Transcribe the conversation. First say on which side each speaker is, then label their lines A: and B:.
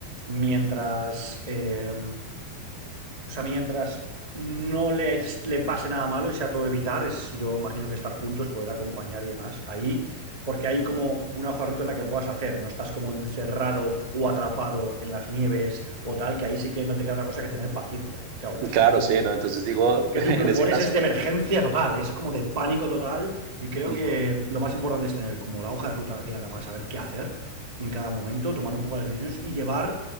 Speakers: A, on the right (about 60°); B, on the right (about 80°).
A: mientras eh, o sea, mientras no le, ex- le pase nada malo y sea todo evitar, es, yo imagino que estar juntos, poder acompañar y demás. Ahí, porque hay como una hoja de ruta en la que puedas hacer, no estás como encerrado o atrapado en las nieves o tal, que ahí sí que no te queda otra cosa que tener paciencia. Claro, la situación
B: Claro, sí, ¿no? Entonces digo,
A: que
B: <laughs>
A: tú
B: en
A: propones
B: ese caso,
A: es de emergencia total, es como de pánico total y creo
B: ujú,
A: que lo más importante es tener como la hoja de ruta clara para saber qué hacer en cada momento, tomar un poco las decisiones y llevar,